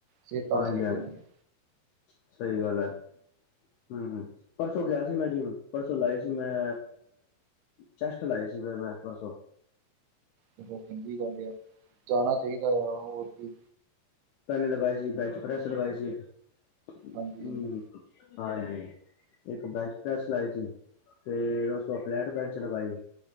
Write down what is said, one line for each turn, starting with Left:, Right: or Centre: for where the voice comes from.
Right: ਸਿਹਤਾਂ
Left: ਹਾਂਜੀ
Right: ਸਹੀ
Left: ਹਾਂਜ,
Right: ਰਹਿੰਦੀਆਂ
Left: ਸਹੀ ਗੱਲ ਐ। ਹਂ, ਹਂ ਪਰਸੋਂ ਗਿਆ ਸੀ ਮੈਂ ਜਿਮ ਪਰਸੋਂ ਲਾਏ ਸੀ ਮੈਂ ਚੈਸਟ ਲਾਏ ਸੀ, ਫਿਰ ਮੈਂ ਪਰਸੋਂ।
Right: ਚਲੋ ਚੰਗੀ ਗੱਲ ਆ, ਜਾਣਾ ਚਾਹੀਦਾ ਆ ਹੋਰ ਕੀ?
Left: ਪੈਨ ਲਗਾਏ ਸੀ ਬੈਂਚ ਪ੍ਰੈਸ ਲਗਾਏ ਸੀ ਹਮ।
Right: ਹਾਂਜੀ ਹਾਂਜੀ
Left: ਹਾਂਜੀ। ਇੱਕ ਬੈਂਚ ਪ੍ਰੈਸ ਲਾਈ ਸੀ, ਫੇਰ ਉਸ ਬਾ ਫਲੈਟ ਬੈਂਚ ਲਗਾਈ।